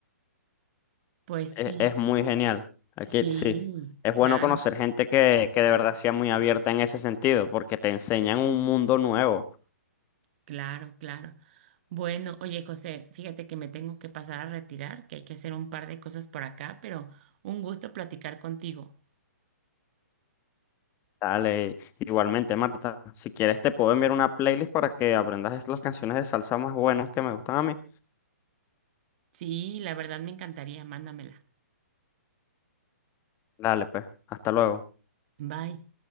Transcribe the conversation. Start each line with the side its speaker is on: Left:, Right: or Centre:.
Right: Pues
Left: Es,
Right: sí,
Left: es muy genial. Aquí
Right: sí,
Left: sí. Es
Right: claro.
Left: bueno conocer gente que, que de verdad sea muy abierta en ese sentido, porque te enseñan un mundo nuevo.
Right: Claro, claro. Bueno, oye, José, fíjate que me tengo que pasar a retirar, que hay que hacer un par de cosas por acá, pero un gusto platicar contigo.
Left: Dale, igualmente, Marta, si quieres te puedo enviar una playlist para que aprendas las canciones de salsa más buenas que me gustan a mí.
Right: Sí, la verdad me encantaría, mándamela.
Left: Dale, pues, hasta luego.
Right: Bye.